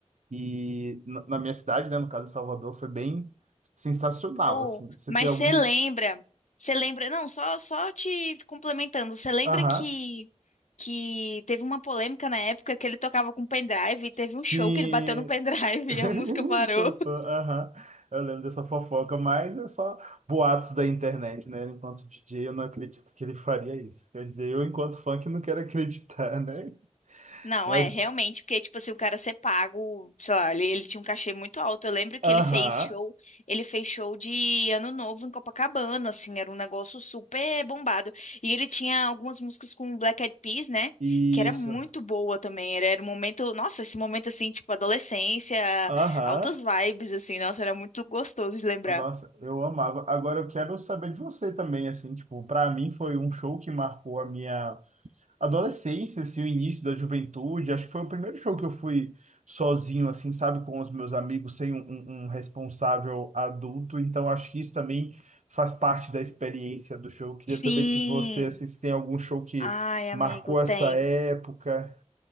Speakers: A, on the right; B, on the left.
A: e na, na minha cidade, né, no caso de Salvador, foi bem sensacional
B: Ou,
A: assim. Você
B: mas
A: tem algum
B: você lembra? Você lembra? Não, só só te complementando. Você lembra
A: Aham.
B: que que teve uma polêmica na época que ele tocava com pendrive e teve
A: Sim,
B: um show que ele bateu no pendrive
A: <laughs>
B: <laughs> e a música parou?
A: Soltou, aham. Eu lembro dessa fofoca, mas é só boatos da internet, né? Enquanto DJ, eu não acredito que ele faria isso. Quer dizer, eu, enquanto funk, não quero acreditar, né?
B: Não,
A: Mas,
B: é, realmente, porque, tipo assim, o cara ser pago, sei lá, ele, ele tinha um cachê muito alto. Eu lembro que
A: aham,
B: ele fez show, ele fez show de Ano Novo em Copacabana, assim, era um negócio super bombado. E ele tinha algumas músicas com o Black Eyed Peas, né,
A: isso,
B: que era muito boa também. Era, era um momento, nossa, esse momento, assim, tipo, adolescência,
A: aham.
B: altas vibes, assim, nossa, era muito gostoso de lembrar.
A: Nossa, eu amava. Agora eu quero saber de você também, assim, tipo, pra mim foi um show que marcou a minha. adolescência, assim, o início da juventude. Acho que foi o primeiro show que eu fui sozinho, assim, sabe, com os meus amigos, sem um, um- um responsável adulto. Então, acho que isso também faz parte da experiência do show. Queria
B: Sim,
A: saber de você, assim, se tem algum show que
B: ai,
A: marcou
B: amigo, tem.
A: essa época.